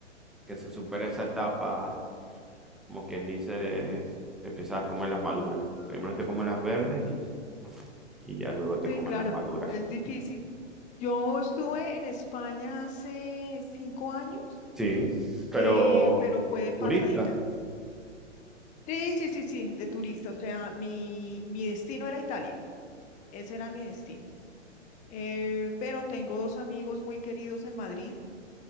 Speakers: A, in the centre; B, on the left.
A: que se supera esa etapa, como quien dice, te empiezas a comer las maduras. Primero te comes las verdes y, y ya luego te
B: sí,
A: comes
B: claro,
A: las maduras.
B: es difícil. Yo estuve en España hace cinco años,
A: Sí, pero
B: eh, pero fue de pasadita.
A: turista.
B: Sí, sí, sí, sí, de turista. O sea, mi, mi destino era Italia. Ese era mi destino. Eh, pero tengo dos amigos muy queridos en Madrid,